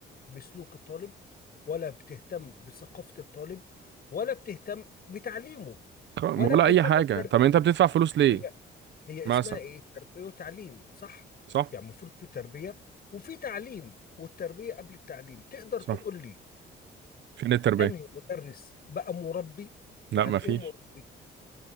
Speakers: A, on the left; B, on the right.
A: بسلوك الطالب ولا بتهتم بثقافه الطالب ولا بتهتم بتعليمه
B: خ- ولا
A: ولا بتهتم
B: اي حاجه
A: بتربيته
B: طب انت بتدفع فلوس ليه
A: هي هي
B: مثلا
A: اسمها ايه تربية وتعليم صح
B: صح
A: يعني المفروض في تربية وفي تعليم والتربية قبل التعليم تقدر
B: صح
A: تقول لي
B: فين التربيه
A: انهي مدرس بقى مربي يعني
B: لا ما
A: ايه
B: فيش
A: مربي